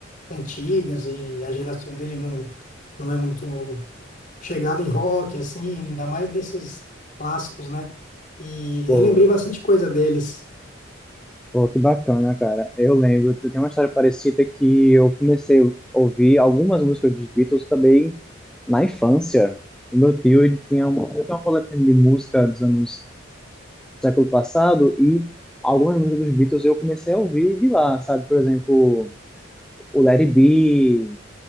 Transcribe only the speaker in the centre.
Pô,
pô, que bacana, cara. Eu lembro, eu tenho uma história parecida que eu comecei a ouvir algumas músicas dos Beatles também na infância. O meu tio, ele tinha uma, ele tinha uma coletânea de música dos anos do século passado e algumas músicas dos Beatles eu comecei a ouvir de lá, sabe? Por exemplo, o Let It Be,